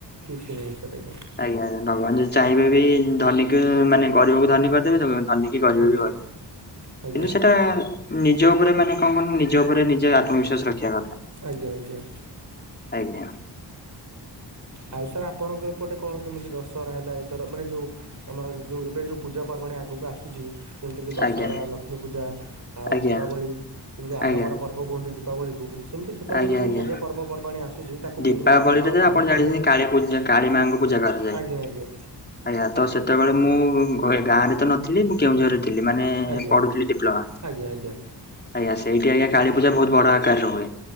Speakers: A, on the right (about 40°); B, on the left (about 25°).
A: କିଛି ନାହିଁ ସେଟା କି ଆଜ୍ଞା।
B: ଆଜ୍ଞା ଭଗବାନ ଯଦି ଚାହିଁବେ ବି ଧନୀକୁ ମାନେ ଗରିବକୁ ଧନୀ କରିଦେବେ ଧନିକି ଗରିିବ
A: ଆଜ୍ଞା
B: ବି କରିଦେବେ
A: ଆଜ୍ଞା
B: କିନ୍ତୁ ସେଟା ନିଜ ଉପରେ ମାନେ କଣ କୁଅନି ନିଜ ଉପରେ ନିଜେ ଆତ୍ମବିଶ୍ୱାସ ରଖିବା କଥା।
A: ଆଜ୍ଞା ଆଜ୍ଞା।
B: ଆଜ୍ଞା।
A: ଆଉ ସାର୍ ଆପଣଙ୍କ ଏପଟେ କଣ କେମିତି ଦଶହରା ହେଲା ଏଇଥର ମାନେ ଯୋଉ ତମର ଯୋଉ ଏବେ ଯୋଉ ପୂଜା ପର୍ବାଣୀ ଆଗକୁ ଆସୁଛି? ଯେମିତି ଜି ଦଶହରା
B: ଆଜ୍ଞା
A: ଲକ୍ଷ୍ମୀ ପୂଜା ଆଉ
B: ଆଜ୍ଞା
A: ଦୀପାବଳି ଏମିତି ଆଲୋକର
B: ଆଜ୍ଞା
A: ପର୍ବ କୁହନ୍ତି ଦୀପାବଳିକୁ ସେମିତି ଛୋଟମୋଟ
B: ଆଜ୍ଞା ଆଜ୍ଞା
A: ଯୋଉ ପୂଜା ପର୍ବାଣି ଆସୁଛି ତାକୁ
B: ଦୀପାବଳିରେ
A: କେମିତି କଣ ଆପଣ
B: ତ
A: ପାଳନ
B: ଜାଣିଛନ୍ତି
A: କରିବେ?
B: କାଳୀ ପୂଜା କାଳୀ ମାଙ୍କୁ ପୂଜା କରାଯାଏ
A: ଆଜ୍ଞା ଆଜ୍ଞା
B: ଆଜ୍ଞା। ତ ସେତେବେଳେ ମୁଁ ଘ ଗାଁରେ ତ ନଥିଲି ମୁଁ କେଉଁଝରରେ ଥିଲି ମାନେ
A: ଆଜ୍ଞା
B: ପଢୁଥିଲି ଡିପ୍ଲୋମା।
A: ଆଜ୍ଞା ଆଜ୍ଞା
B: ଆଜ୍ଞା ସେଇଟି ଆଜ୍ଞା କାଳି ପୂଜା ବହୁତ୍ ବଡ଼ ଆକାରରେ ହୁଏ।